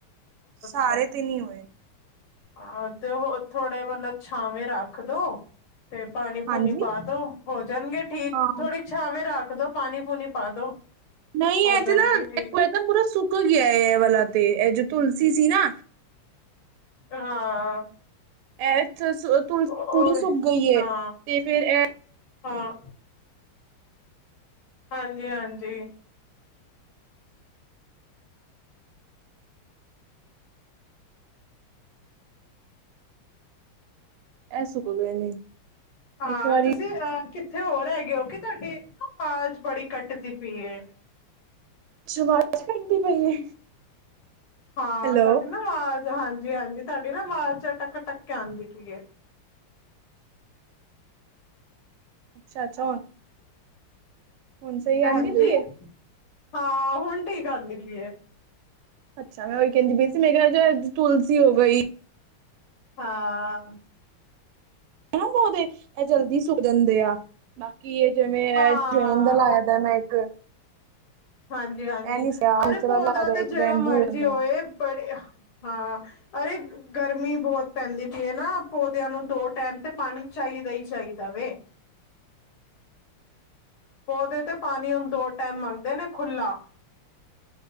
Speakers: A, on the left (about 75°); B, on the right (about 90°).
A: ਅੱਛਾ
B: ਸਾਰੇ ਤੇ ਨਹੀ ਹੋਏ।
A: ਹਾਂ ਤੇ ਉਹ ਥੋੜੇ ਮਤਲਬ ਛਾਵੇਂ ਰੱਖਦੋ? ਤੇ ਪਾਣੀ
B: ਹਾਂਜੀ।
A: ਪੂਣੀ ਪਾਦੋ ਹੋ ਜਾਣਗੇ ਠੀਕ
B: ਹਾਂ,
A: ਥੋੜੀ ਛਾਵੇਂ ਰ ਪਤ ਪਾਣੀ ਪੂਣੀ ਪਾ ਦੋ
B: ਨਹੀਂ
A: ਹੋ
B: ਇਹ ਤੇ
A: ਜਾਣਗੇ
B: ਦੇਖੋ
A: ਠੀਕ
B: ਇਹ ਤਾਂ ਪੂਰਾ ਸੁੱਕ ਗਿਆ ਇਹ ਵਾਲਾ ਤੇ ਇਹ ਜੋ ਤੁਲਸੀ ਸੀ ਨਾ
A: ਹਾਂ।
B: ਐ ਤੁਲਸੀ
A: ਓਏ
B: ਪੂਰੀ ਸੁੱਕ ਗਈ ਹੈ,
A: ਹਾਂ।
B: ਤੇ ਫੇਰ ਇਹ
A: ਹਾਂ। ਹਾਂਜੀ, ਹਾਂਜੀ
B: ਐ ਸੁਕ ਗਏ ਨੇ
A: ਹਾਂ
B: ਇੱਕ ਵਾਰੀ
A: ਤੁਸੀਂ ਹੈ ਕਿ ਕਿਤੇ ਹੋਰ ਹੈਗੇ ਹੋ ਕਿ ਤੁਹਾਡੀ ਆਵਾਜ਼ ਬੜੀ ਕੱਟਦੀ ਪਈ ਏ
B: ਅੱਛਾ ਆਵਾਜ਼ ਕੱਟਦੀ ਪਈ ਏ
A: ਹਾਂ
B: ਹੈਲੋ
A: ਤੁਹਾਡੀੇ ਨਾ ਆਵਾਜ ਹਾਂਜੀ, ਹਾਂਜੀ ਤੁਹਾਡੀ ਨਾ ਆਵਾਜ਼ ਅਟਕ, ਅਟੱਕ ਆਉਂਦੀ ਪਈ ਏ
B: ਅੱਛਾ, ਅੱਛਾ ਹੁਣ ਹੁਣ ਸਹੀ ਆਉਂਦੀ
A: ਹਾਂਜੀ,
B: ਪਈ ਏ।
A: ਹਾਂ ਹੁਣ ਠੀਕ ਆਂਦੀ ਪਈ ਏ
B: ਅੱਛਾ ਮੈਂ ਉਹੀ ਕਹਿੰਦੀ ਬ ਸੀ ਮੇ ਕਿਹਾ ਤੁਲਸੀ ਹੋ ਗਈ।
A: ਹਾਂ।
B: ਪਦੇ ਇਹ ਜਲਦੀ ਸੁੱਕ ਦਦੇ ਆ। ਕੀ ਇਹ ਜਿਵੇਂ
A: ਹਾਂ
B: ਟੈਨ ਦਾ ਲਾਇਆ ਦਾ ਮੈਂ ਇੱਕ
A: ਹਾਂਜੀ ਹਾਂਜੀ
B: ਇਹ ਨੀ ਦੂਸਰਾ
A: ਅਰੇ ਪੌਦਾ
B: ਲਾਇਆ ਦਾ
A: ਤਾਂ
B: ਇੱਕ
A: ਜਿਹੜਾ
B: ਬੈਂਬੂ
A: ਮਰਜ਼ੀ
B: ਦਾ
A: ਹੋਏ ਬੜੇ ਹਾਂ ਅਰੇ ਗਰਮੀ ਬਹੁਤ ਪੈਂਦੀ ਪਈ ਹੈ ਨਾ ਪੌਦਿਆਂ ਨੂੰ ਦੋ ਟਾਈਮ ਤੇ ਪਾਣੀ ਚਾਹੀਦਾ ਹੀ ਚਾਹੀਦਾ ਵੇ। ਪੌਦੇ ਤੇ ਪਾਣੀ ਹੁਣ ਦੋ ਟਾਈਮ ਮੰਗਦੇ ਨੇ ਖੁ੍ਹਾ।